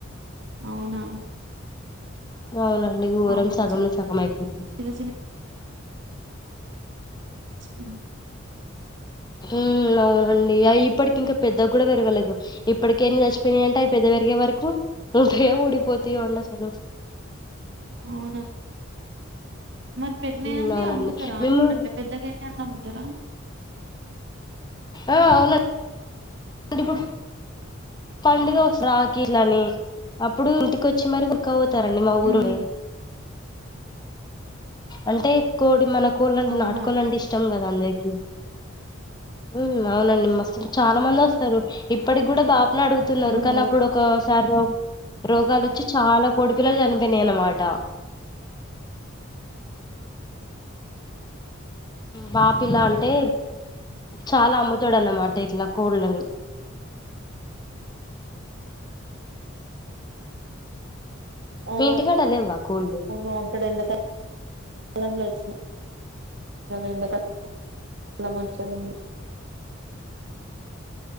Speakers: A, on the right; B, on the left.
A: అవునా
B: అవునండి ఊరం
A: పాపం
B: సగంలో సగం అయిపోతుంది
A: చిన్న ప్ప <unintelligible>
B: ఉమ్ అవునండి ఇగ ఇప్పటికి ఇంకా పెద్ద కూడా పెరగలేదు ఇప్పటికే అన్ని చచ్చిపోయినాయ అంటే అవి పెద్ద పెరిగే వరకు ఉంటాయో ఊడిపోతయో అండి అసలు
A: అవునా మరి పెట్టినీయన్నీ
B: మ్మ్ అవునండి
A: అమ్ముతారా
B: మేము
A: అండి అంటే పెద్దగా అమ్ముతారా
B: ఆ అవునం అంటే ఇప్ పండుగ వస్ రాఖీలని అప్పుడు ఇంటికోచ్చి మరి పట్టుక్ పోతారండి మా ఊరోళ్ళే
A: ఉమ్
B: అంటే కోడి మన కోళ్ళంటే
A: అవునా
B: నాటుకోల్లు అంటే ఇష్టం కదా అందరికిీ మ్ అవునండి మస్తు చాలా మంది వస్తారు ఇప్పటికి కూడా బాపునడుగ్ తున్నారు
A: అవును
B: కానీ అప్పుడు ఒకసారి రోగాలు వచ్చి చాలా కోడిపిల్లలు చనిపోయినాయి అనమాట బాపిలా అంటే చాలా అమ్ముతాడన్నమాట ఇట్లా కోళ్ళను
A: ఆ
B: మీ ఇంటికాడ లేవా కోళ్ళు
A: నువ్ అప్పుడెందుకట్ కర్ లు వచ్చిన ఎండకాలం వచ్చేముందు